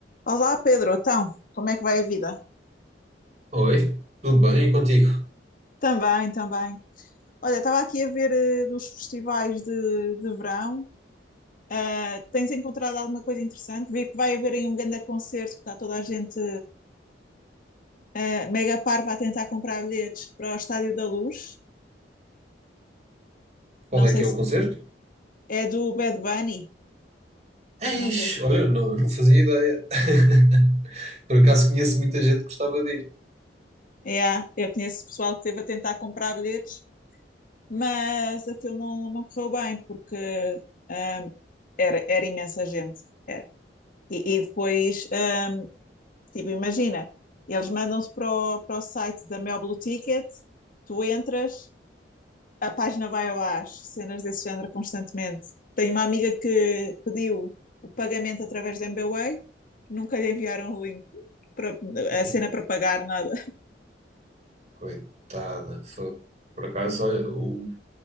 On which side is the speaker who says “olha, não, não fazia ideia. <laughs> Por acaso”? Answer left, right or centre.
Right